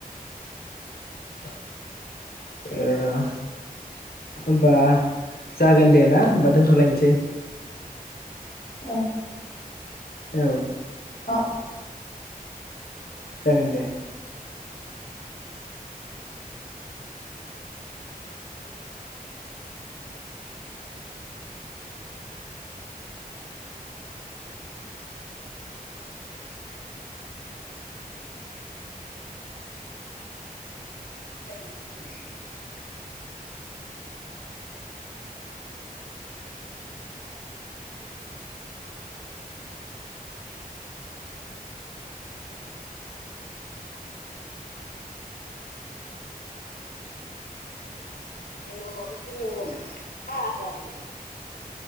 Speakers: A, on the left (about 80°); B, on the left (about 45°).
A: <inaudible> ओ होमबा जागोन दे ना होमबा दोनथ'लायनोसै।
B: नोंथां औ
A: औ।
B: औ
A: जागोन दे। <inaudible> गर'माबो गर'म <unintelligible> गर'म।